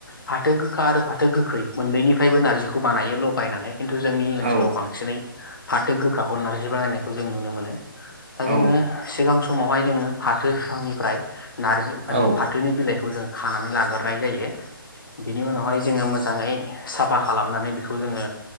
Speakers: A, on the left; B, on the right.
A: फाथो गोखा आरो फाथो गोखै मोननैनिफ्रायबो नार्जिखौ बानायो लगायनानै खिन्थु जोंनि ओनसोलाव
B: औ
A: बांसिनै फाथो गोखाखौ नारजि बानायनाय खौ जों नुनो मोनो दा जोङो
B: औ
A: सिगां समावहाय जोङो फाथो फिफांनिफ्राय नारजि माने
B: औ
A: फाथोनि बिलाइखौ जों खानानै ला ग्रोनाय जायो बिनि उनावहाय जोङो मो मोजाङै साफा खालामनानै बेखौ जोङो